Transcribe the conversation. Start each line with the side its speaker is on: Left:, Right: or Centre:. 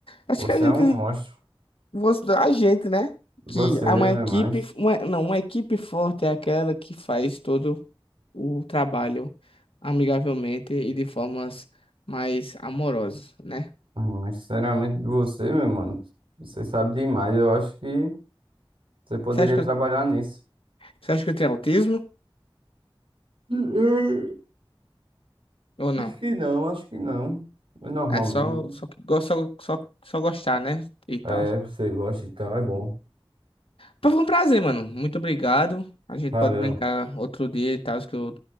Left: Acho
Right: Você
Left: que a gente.
Right: é um monstro.
Left: você- A gente, né?
Right: Você
Left: Que é
Right: é
Left: uma equipe.
Right: mais.
Left: uma- não, uma equipe forte é aquela que faz todo o trabalho amigavelmente e de formas mais amorosas, né?
Right: Ah, Mas sinceramente, você, meu mano, você sabe demais. Eu acho que você poderia
Left: Você acha que
Right: trabalhar
Left: eu,
Right: nisso.
Left: você acha que eu tenho autismo
Right: <laughs>
Left: ou não?
Right: Acho que não, acho que não. É normal
Left: É só,
Right: mesmo.
Left: só, que go- só, só, só gostar, né? E tal.
Right: né? É, você gosta e tal, é bom.
Left: Pô, Foi um prazer, mano. Muito obrigado. A gente
Right: Valeu,
Left: pode brincar outro dia e tal, que eu